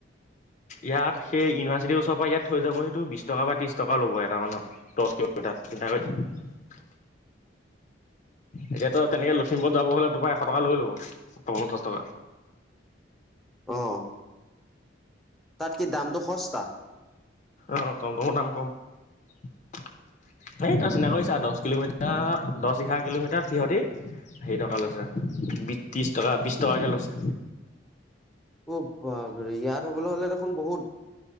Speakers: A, on the left; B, in the centre.
A: ইয়াত সেই ইউনিভাৰ্চিটিৰ ওচৰৰ পৰা ইয়াত থৈ যাবহি তোৰ বিছ টকা বা ত্ৰিছ টকা ল'ব এটা মানুহত দছ কিলোমিটাৰ চিন্তা কৰি চা। এতিয়াতো তেনেকে লখিমপুৰ যাব হ'লে তো পৰা এশ টকা লৈ ল'ব, অ পঞ্চাছ টকা।
B: অ তাত কি দামটো সস্তা।
A: অ টমটমৰ দাম কম। এই তই চিন্তা কৰি চা দছ কিলোমিটাৰ এতিয়া দছ, এঘাৰ কিলোমিটাৰ সিহঁতি হেই টকা লৈছে বি ত্ৰিছ টকা, বিছ টকাকে লৈছে।
B: অ বাপৰে ইয়াত হ'বলে হ'লে দেখোন বহুত